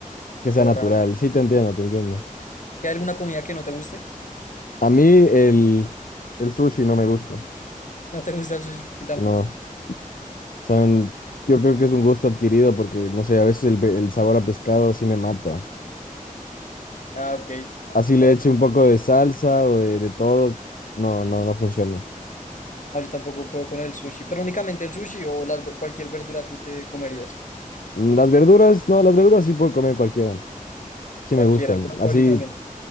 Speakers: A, on the left; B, on the left.
A: que
B: Corral.
A: sea natural. Sí, te entiendo, te entiendo.
B: ¿Y hay alguna comida que no te guste? <laughs>
A: A mí el, el sushi no me gusta.
B: No te gusta el sushi Y tampoco.
A: No. Son, yo creo que es un gusto adquirido porque, no sé, a veces el, pe- el sabor a pescado sí me mata.
B: Ah, ok.
A: Así le
B: Oh,
A: eche un poco de salsa o de, de todo, no, no, no funciona.
B: no, yo tampoco puedo con el sushi, pero únicamente el sushi o las, cualquier verdura tú te comerías.
A: Mm, Las verduras, no, las verduras sí puedo comer cualquiera. Sí
B: Cualquiera,
A: me gustan.
B: el brócoli
A: Así,
B: también.